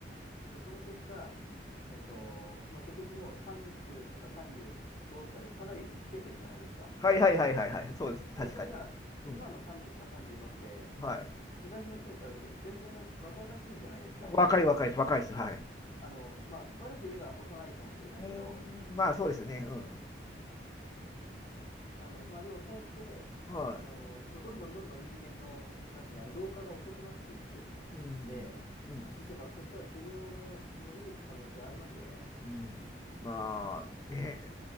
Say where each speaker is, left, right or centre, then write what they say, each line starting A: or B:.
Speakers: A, on the left; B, on the left.
A: で、その結果、えっと、まあ、結局もう30とか35とかでかなり老けてるじゃないですか。
B: はいはいはいはいはい。そうですね。確かに。
A: でもそれが今の30とか35って
B: うん。はい。
A: 昔の人に比べても全然若々しいじゃないですか。
B: 若い若いです。若いです。
A: まあ、
B: はい。
A: あの、まあ、悪く言えば幼いかもしれないけど、
B: うーん、まあそうですね。うん。
A: あの、まあ、でもそうやって、
B: は
A: あの、もうどんどんどんどん人間の、なんていうか、
B: い。うん。
A: 老化が遅くなっていって、
B: うん。
A: いって、
B: うん。
A: いけば、そしたら寿命も伸びる可能性ありますよね。
B: うんまあ、ね、